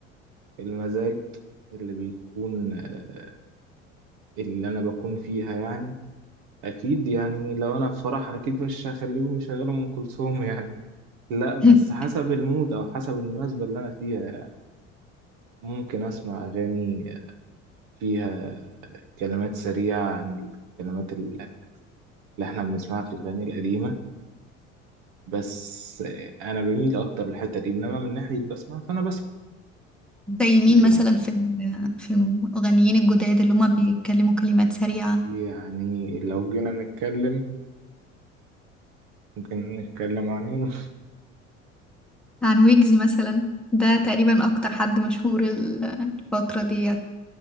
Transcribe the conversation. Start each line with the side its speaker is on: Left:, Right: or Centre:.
Right: المزاج اللي بيكون آه، اللي انا بكون فيها يعني اكيد يعني لو انا في فرح اكيد مش هخليهم يشغلوا ام كلثوم <laughs> يعني لا بس
Centre: <laughs>
Right: حسب المود او حسب المناسبة اللي انا فيها يعني. ممكن اسمع اغاني فيها كلمات سريعة عن الكلمات اللي احنا بنسمعها في الأغاني القديمة بس أنا بميل أكتر للحتة دي إنما من ناحية بسمع فأنا بسمع
Centre: زي مين
Right: لأن
Centre: مثلا في ال- في المغنيين الجداد اللي هما بيتكلموا كلمات سريعة
Right: يعني لو جينا نتكلم ممكن نتكلم عن مين
Centre: عن ويجز مثلا ده تقريبا اكتر حد مشهور ال- الفترة ديت